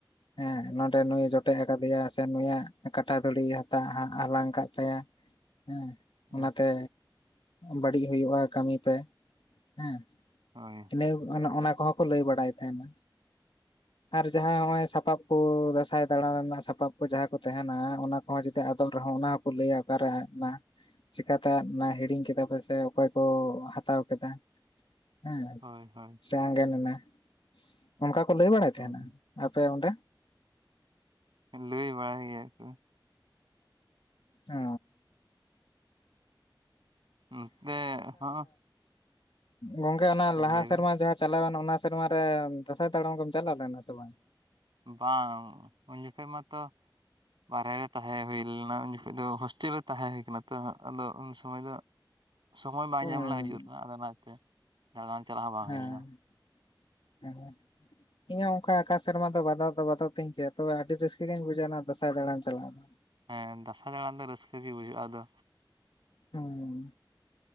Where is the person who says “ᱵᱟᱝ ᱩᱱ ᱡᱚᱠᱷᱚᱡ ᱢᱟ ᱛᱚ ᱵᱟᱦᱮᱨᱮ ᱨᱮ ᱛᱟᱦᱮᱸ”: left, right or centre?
Right